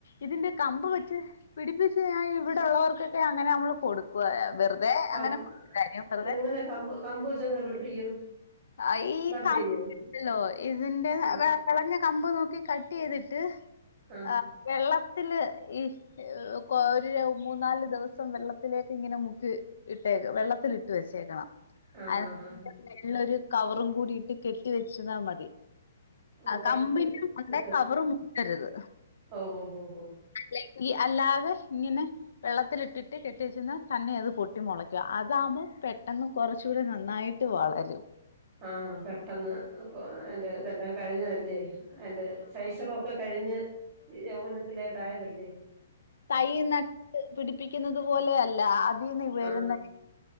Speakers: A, on the left; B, on the right.
A: ഇതിന്റെ കമ്പ് വെച്ച് പിടിപ്പിച്ച് ഞാൻ ഇവിടെഉ ള്ളവർക്കൊക്കെ അങ്ങനെ നമ്മള് കൊടുക്കുവ വെറുതെ
B: കം
A: അങ്ങനെ കാര്യം വെറുതെ
B: എങ്ങനെ കമ്പ് കമ്പൂ ചങ്ങനെ പിടിപ്പിക്കും
A: അയീ
B: ബഡ്
A: കം
B: ചെയ്യോ?
A: ഹെലോ, ഇതിന്റെ
B: ആ,
A: വളഞ്ഞ കമ്പ് നോക്കി കട്ടയ്തിട്ട്,
B: ആ.
A: അ വെള്ളത്തില് ഇ ഒരു മൂന്നാല് ദിവസം വെള്ളത്തിലേക്ക് ഇങ്ങനെ മുക്കി ഇട്ടേക്ക് വെള്ളത്തിലിട്ട് വെച്ചേക്കണം.
B: ആഹാഹാഹാ.
A: അതിന്റെ മേളിൽ ഒരു കവറും കൂടിയിട്ട് കെട്ടി വെച്ചിരുന്നാ മതി.
B: ഓഹ് വെള്ളത്തിലിട്ടിട്ട്.
A: കമ്പിന് <unintelligible> കവർ മുറുക്കരുത്.
B: ഓഹോഹോഹോ.
A: അല്ലെങ്കി അല്ലാതെ ഇങ്ങനെ. വെള്ളത്തിലിട്ടിട്ട് കെട്ടി വെച്ചിന്നാ, തന്നെ അത് പൊട്ടി മൊളക്കു അതാവുമ്പോ പെട്ടെന്ന് കൊറച്ചൂടെ നന്നായിട്ട് വളരും.
B: ആ പെട്ടെന്ന് അപ്പൊ എന്റെതെല്ലാം കഴിഞ്ഞതല്ലേ. എന്റെ ശൈശവം ഒക്കെ കഴിഞ്ഞ്, യൗവനത്തിലേട്ടയതല്ലേ.
A: തൈയ്യ് നട്ട് പിടിപ്പിക്കുന്നത് പോലെ അല്ല അതിന്ന് വരുന്നെ
B: ആ.